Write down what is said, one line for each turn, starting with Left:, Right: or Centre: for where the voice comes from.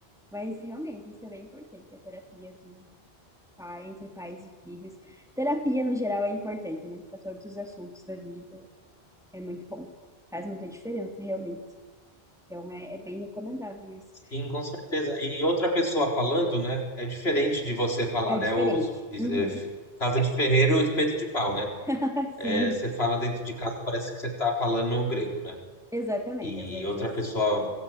Centre: Mas realmente isso é bem importante, a terapia do pai, entre pais e filhos. Terapia no geral é importante, né? Para todos os assuntos da vida, é muito bom. Faz muita diferença, realmente. Então é, é bem recomendável isso.
Left: Sim, com certeza. E outra pessoa falando, né? É diferente de você falar,
Centre: É
Left: né?
Centre: diferente.
Left: Os
Centre: Uhum.
Left: é, f- Casa de ferreiro, espeto de pau, né?
Centre: <laughs>
Left: É,
Centre: Sim,
Left: Você fala dentro de casa, parece que você está falando grego, né?
Centre: exatamente.
Left: E
Centre: Às vezes
Left: outra pessoa